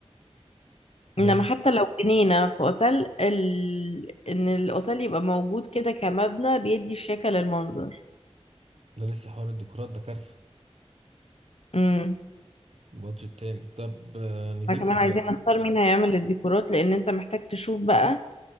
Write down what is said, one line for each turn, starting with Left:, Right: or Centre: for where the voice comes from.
Left: انما
Right: ده ل-
Left: حتى لو جنينة في اوتيل ال... ان الاوتيل يبقى موجود كده كمبنى بيدي الشكل للمنظر
Right: ده لسه حوار الديكورات ده كارثة
Left: امم
Right: بادجت تاني طب آه، نجيب
Left: احنا كمان عايزين نختار مين هيعمل الديكورات لان انت محتاج تشوف بقى